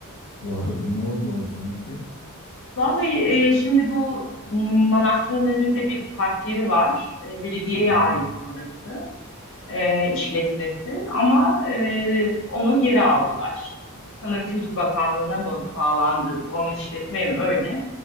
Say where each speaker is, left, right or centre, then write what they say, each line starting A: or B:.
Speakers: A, on the left (about 80°); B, on the left (about 60°).
A: vardı. Ne oldu o sonucu?
B: Vallahi e, şimdi bu m, manastırın önünde bir park yeri var. E, belediyeye
A: Hı hı.
B: ait orası. e, işletmesi ama e, onu geri aldılar. Sanırım Kültür Bakanlığı'na mı bağlandı, orman işletmeye mi öyle.